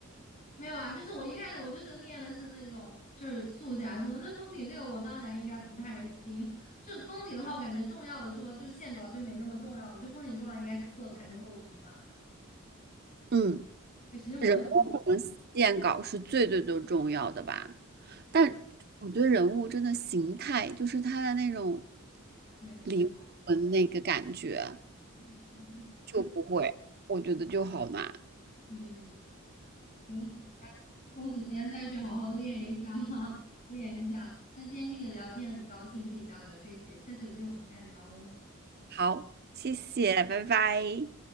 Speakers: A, on the left; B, on the right.
A: 没有啊，就是我一开始我就是练的是那种就是速侠什么，这风景这个我当然应该不太行。就是风景的话，我感觉重要的说就是线稿就没那么重要，我觉得风景重要应该是色彩跟构图吧。
B: 嗯，
A: 对，其实我都很
B: 人物和线稿是最最最重要的吧？
A: 对
B: 但我觉得人物真的形态，就是他的那种
A: 对，所以
B: 灵魂那个感觉
A: 嗯是的，
B: 就不会，
A: 对
B: 我觉得就好难。
A: 对对对，你说嗯抽时间再去好好练一下，<laughs> 练一下。那今天跟你聊天很高兴，可以交流这些，下次有机会我们再聊哦。
B: 好，谢谢，拜拜。